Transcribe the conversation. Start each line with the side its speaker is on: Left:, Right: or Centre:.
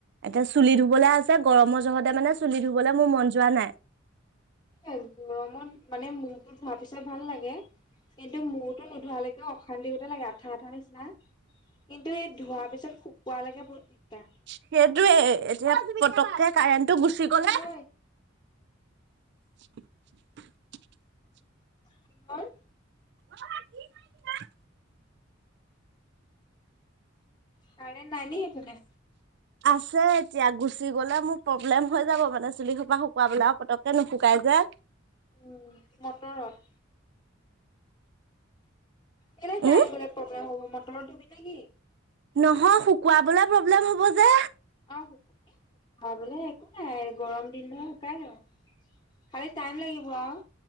Right: এতিয়া
Left: অ
Right: চুলি ধুবলে আছে গৰমৰ জহতে মানে চুলি ধুবলৈ মোৰ মন যোৱা নাই
Left: এ গৰমত মানে মূৰটো ধোৱা পিছাই ভাল লাগে কিন্তু মূৰতো নোধোৱালৈকে অশান্তি গতে লাগে আঠা আঠা নিচ না কিন্তু এই ধোৱাৰ পিছত শুকুৱালেকে বহুত দিগদাৰ
Right: সেইটোয়ে এতিয়া পটককে কাৰেণ্টটো গুচি গ'লে
Left: ঐ
Right: <unintelligible>
Left: কি হ'ল
Right: অই কি কৰিছা মা
Left: কাৰেণ্টে নাই নি সেইফালে
Right: আছে এতিয়া গুচি গ'লে মোৰ প্ৰব্লেম হৈ যাব মানে চুলি সোপা শুকুৱাবলৈ আৰু পতককে নুশুকাই যে
Left: উম মটৰত কেলে কাৰেণ্ট
Right: উম
Left: গলে প্ৰব্লেম হ'ব মটৰ ধুবি নে কি?
Right: নহয় শুকুৱাবলে প্ৰব্লেম হ'ব যে
Left: অ ভাবিলে একো নাই গৰম দিন ন শুকাই যাব খালি টাইম লাগিব আও